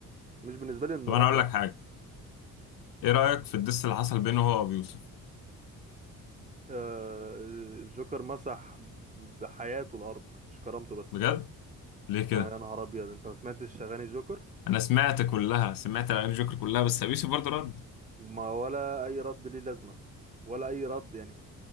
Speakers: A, on the right; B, on the left.
A: مش بالنسبة لي انه
B: طب
A: رابر
B: انا اقول لك حاجة ايه رأيك في الدس اللي حصل بينه هو وابي يوسف
A: آه، الجوكر مسح ب- بحياته الارض مش كرامته بس
B: بجد ليه
A: انت
B: كده
A: يا نهار ابيض انت ما سمعتش اغاني جوكر
B: انا سمعت كلها سمعت اغاني الجوكر كلها بس ابي يوسف برضه رد
A: ما ولا اي رد ليه لازمة ولا اي رد يعني